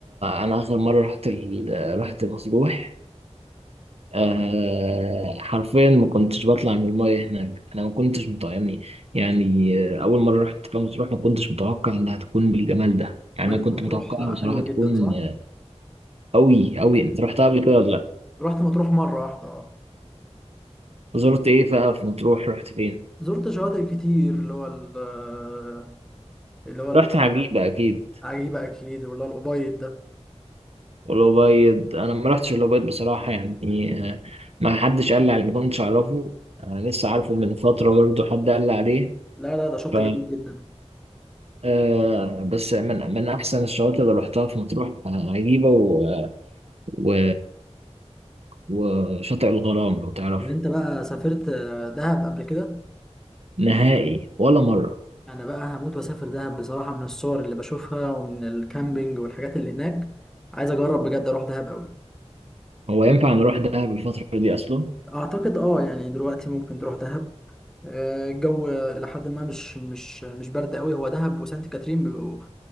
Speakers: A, on the right (about 60°); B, in the centre.
A: انا اخر مره رحت ال... رحت مطروح آه حرفيا ما كنتش بطلع من المايه هناك انا ما كنتش متوقعني يعني آه، اول مره رحت فيها مطروح ما كنتش متوقع انها تكون بالجمال ده يعني
B: مية
A: انا كنت
B: مطروح
A: متوقعها
B: آه،
A: بصراحه
B: حلوة
A: تكون
B: جدا صح؟
A: آه، قوي قوي انت رحتها قبل كده ولا لا
B: رحت مطروح مرة واحدة اه
A: زرت ايه بقى في مطروح رحت فين
B: زرت شواطئ كتير اللي هو ال- آه، اللي هو
A: رحت عجيبه اكيد
B: العجيبة أكيد واللي هو الأبيض ده
A: الأبيض أنا ما رحتش الأبيض بصراحة يعني آه، ما حدش قال لي عليه ما كنتش أعرفه أنا لسه عارفه من فترة برضه حد قال لي عليه
B: لا لا ده شط
A: ف
B: جميل جدا
A: آه، بس من من أحسن الشواطئ اللي رحتها في مطروح آه، عجيبة و... و... وشاطئ الغرام لو تعرفه
B: اللي أنت بقى سافرت آه، دهب قبل كده
A: نهائي ولا مرة
B: أنا بقى هموت وأسافر دهب بصراحة من الصور اللي بشوفها ومن الكامبينج والحاجات اللي هناك عايز أجرب بجد أروح دهب أوي
A: هو ينفع نروح دهب الفترة دي أصلا
B: اعتقد اه يعني دلوقتي ممكن تروح دهب آه، الجو الى حد ما مش مش مش برد قوي هو دهب وسانت كاترين بيبقوا